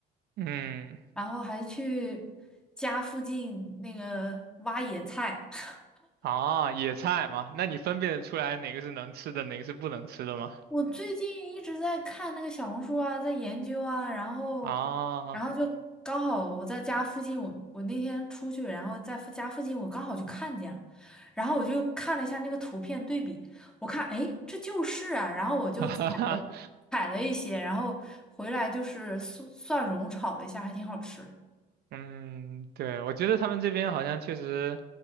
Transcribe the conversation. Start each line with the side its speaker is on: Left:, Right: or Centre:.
Right: 嗯，
Centre: 然后还去家附近那个挖野菜。<laughs>
Right: 啊，野菜嘛，那你分辨得出来哪个是能吃的，哪个是不能吃的吗？
Centre: 我最近一直在看那个小红书啊，在研究啊，然后，
Right: 啊，
Centre: 然后就刚好我在家附近，
Right: <laughs>
Centre: 我我那天出去，然后在附家附近我刚好就看见了，然后我就看了一下那个图片对比，我看哎这就是啊，然后我就采了采了一些，
Right: 哈哈。
Centre: 然后回来就是蒜蒜蓉炒了一下，还挺好吃。
Right: 嗯，对，我觉得他们这边好像确实